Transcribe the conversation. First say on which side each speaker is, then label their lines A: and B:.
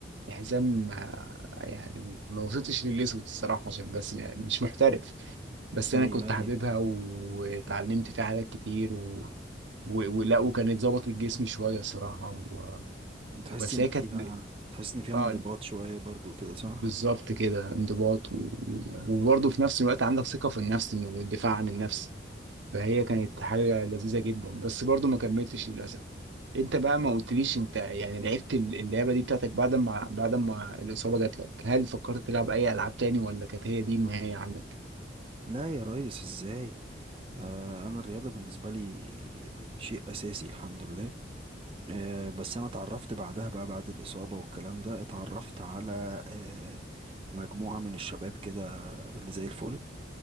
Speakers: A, on the right (about 80°); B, on the right (about 30°).
A: لحزام آه، يعني ما وصلتش للاسود الصراحه عشان بس يعني مش محترف بس
B: ايوه
A: انا كنت
B: ايوه
A: حاببها واتعلمت فيها حاجات كتير و... و... ولا وكانت ظبطت جسمي شويه الصراحه و...
B: تحس
A: بس
B: ان
A: هي
B: فيها
A: كانت
B: تحس ان فيها
A: اه
B: انضباط شوية برضو كده صح
A: بالظبط كده انضباط و... وبرضه في نفس الوقت عندك ثقه في النفس والدفاع عن النفس فهي كانت حاجه لذيذه جدا بس برضه ما كملتش للاسف انت بقى ما قلتليش انت يعني لعبت اللعبه دي بتاعتك بعد ما بعد ما الاصابه جات لك هل فكرت تلعب اي العاب تاني ولا كانت هي دي النهايه عندك
B: لا يا ريس ازاي آه انا الرياضة بالنسبة لي شيء اساسي الحمد لله آه، بس انا اتعرفت بعدها بقى بعد الاصابه والكلام ده اتعرفت على آه، مجموعه من الشباب كده اللي زي الفل